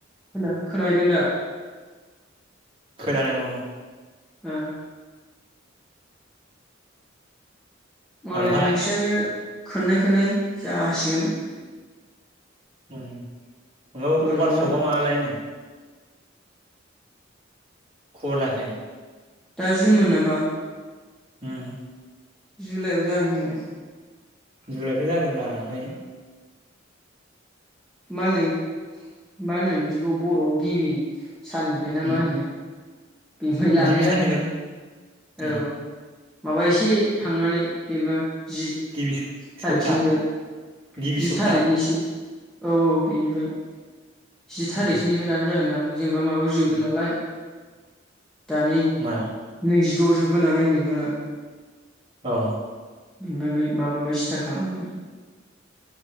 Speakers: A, in the centre; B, on the right.
A: खोना खोनाहैदों दा?
B: खोनादों औ।
A: ओ मालाय
B: ओमफाय
A: नोंसिनासो खननै खननै जासिगोन।
B: उम
A: बोरलाबा
B: वाटशपा माला लायोनो? खबर लायाखै?
A: दा जुनमोन नामा?
B: उम
A: जुलाइआव जागोन होनदों।
B: जुलायथ' जागोनब्रा ओमफ्राय।
A: मा होनो मा होनो बिदिखौ बर'आव गिबि साननिफ्राय ना
B: उम
A: मा होनो? बेनिफ्राय लानाय
B: गिबि
A: जागोनदां।
B: साननिफ्रायनो उम
A: औ माबा एसे थांनानै जेनेबा जि
B: गिबि
A: थारिखसोनिफ्राय
B: सप्ता गिबि
A: जि
B: सप्ता
A: थारिखनिसो औ औ बेनिफ्राय जि थारिखसोनिफ्राय
B: उम
A: लानाय जागोनदां। जेनेबा माबायाव जोबगोन
B: उम
A: नालाय दानि
B: मायाव
A: नैजिद' जोबगोन नालाय उन्दैफोरा
B: औ
A: दोनै माबानिफ्राय स्टर्त खालामो